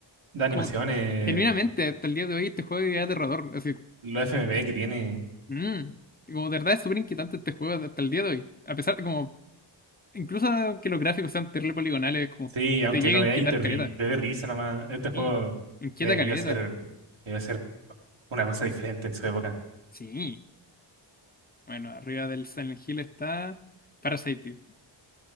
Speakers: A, on the right; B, on the left.
A: Las animaciones,
B: Como que, genuinamente, hasta el día de hoy este juego es aterrador. Así,
A: los FMV que tiene.
B: mm. Como de verdad es súper inquietante este juego hasta el día de hoy. A pesar de como Incluso que los gráficos sean terrible poligonales, como
A: Sí, aunque
B: te llega
A: lo
B: a
A: veáis
B: inquietar
A: y te, ri-
B: caleta.
A: te dé risa nomás, este juego
B: Sí, inquieta
A: debió
B: caleta.
A: ser, debió ser una cosa diferente en su época.
B: Sí. Bueno, arriba del Silent Hill está Parasite Eve.